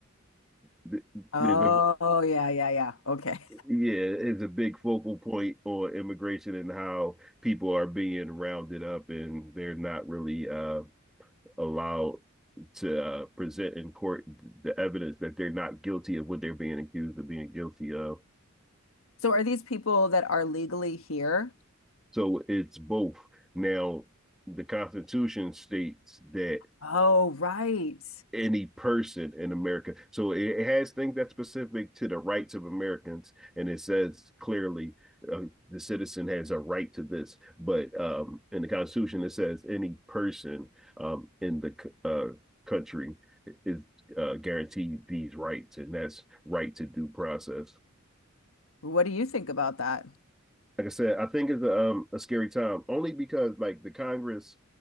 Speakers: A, in the centre; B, on the left.
A: there's
B: Oh,
A: a
B: yeah, yeah, yeah. Okay.
A: yeah, it's a big focal point on immigration and how people are being rounded up and they're not really uh, allowed to uh, present in court the evidence that they're not guilty of what they're being accused of being guilty of.
B: So are these people that are legally here?
A: So it's both. Now, the Constitution states that
B: Oh, right.
A: any person in America. So it, has things that's specific to the rights of Americans, and it says clearly uh, the citizen has a right to this. But um, in the Constitution, it says any person um, in the uh, country is uh, guaranteed these rights, and that's right to due process.
B: What do you think about that?
A: Like I said, I think it's a, um, a scary time, only because like the Congress,